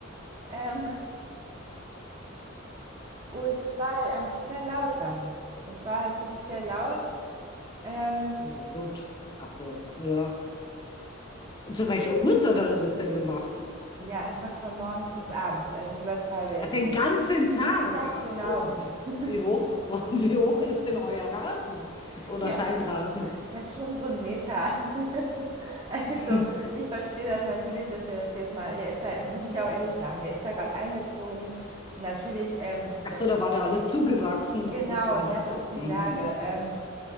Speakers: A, on the right (about 25°); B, on the left (about 20°).
A: Ähm, und das war halt einfach sehr laut dann. Es war halt wirklich sehr laut. Ähm,
B: Ja, gut. Ach so, ja. Zu welcher Uhrzeit hat er das denn gemacht?
A: Ja, einfach von morgens bis abends. Also ich übertreibe jetzt
B: Ah, Den
A: nicht.
B: ganzen Tag.
A: Ja,
B: Ach
A: genau.
B: so, wie,
A: <laughs>
B: wie hoch, <laughs> wie hoch ist denn euer Rasen? Oder
A: Ja,
B: sein Rasen?
A: ja, schon so ein Meter. <laughs> Also
B: <laughs>
A: ich verstehe das natürlich, dass der das jetzt mal, der ist da, muss ich auch ehrlich sagen, der ist da gerade eingezogen. Natürlich, ähm,
B: Ach
A: das
B: so,
A: ist,
B: da war da alles zugewachsen
A: genau,
B: und deswegen
A: das
B: hat er da.
A: ist die
B: Mhm,
A: Lage. Ähm,